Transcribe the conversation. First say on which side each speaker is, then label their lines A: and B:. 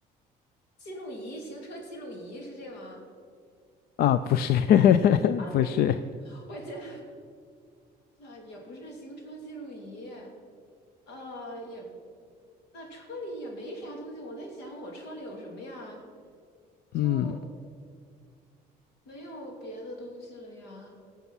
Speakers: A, on the left; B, on the left.
A: 记录仪，行车记录仪是这吗？
B: 啊，不是 <laughs>
A: 哎呀，
B: 不是，
A: 我觉得啊，也不是行车记录仪，呃，也那车里也没啥东西。我在想，我车里有什么呀？就
B: 嗯，
A: 没有别的东西了呀。